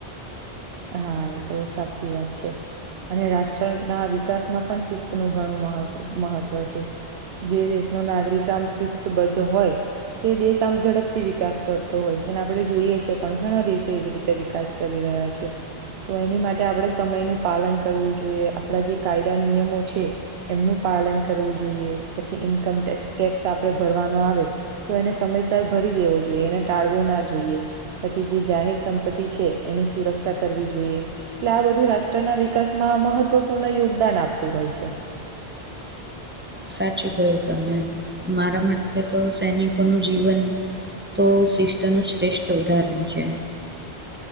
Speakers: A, on the right (about 70°); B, on the right (about 15°).
A: હા એ તો સાચી વાત છે. અને રાષ્ટ્ર ના વિકાસમાં પણ શિસ્તનુ ઘણું મહ મહત્ત્વ છે. જે દેશનો નાગરિક આમ શિસ્તબદ્ધ હોય. તે દેશ આમ ઝડપથી વિકાસ કરતો હોય છે ને આપડે જોઈએ છે પણ ઘણા દેશો એવી રીતે વિકાસ કરી રહ્યા છે. તો એની માટે આપણે સમયનું પાલન કરવું જોઈએ આપણા જે કાયદા નિયમો છે. એમનું પાલન કરવું જોઈએ, પછી ઈન્કમટેક્ ટેક્સ આપે ભરવાનો આવે. તો એને સમયસર ભરી દેવો જોઈએ એને ટાળવો ના જોઈએ. પછી જે જાહેર સંપત્તિ છે એની સુરક્ષા કર જોઈએ એટલે આ બધું રાષ્ટ્રના વિકાસમાં મહત્વપૂર્ણ યોગદાન આપતું હોય છે.
B: સાચું ક્યું તમે, મારા માટે તો સૈનિકોનું જીવન તો શિસ્ત નું શ્રેષ્ઠ ઉદાહરણ છે.